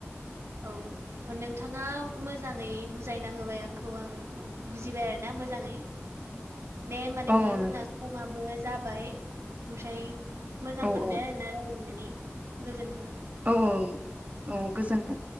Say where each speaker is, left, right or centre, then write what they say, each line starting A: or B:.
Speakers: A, on the right (about 70°); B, on the right (about 35°).
A: औ नों नोथाङा मोजाङै बुजायना होबाय आंखौ आं बुजिबाय आरोना मोजाङै दे होमबा नोंथां
B: औ औ
A: जोंना समाबो जाबाय ओमफ्राय मोजां
B: औ
A: मोनबाय
B: औ
A: आरोना रायज्लायनानै गोजोन्थों
B: औ औ औ गोजोनथों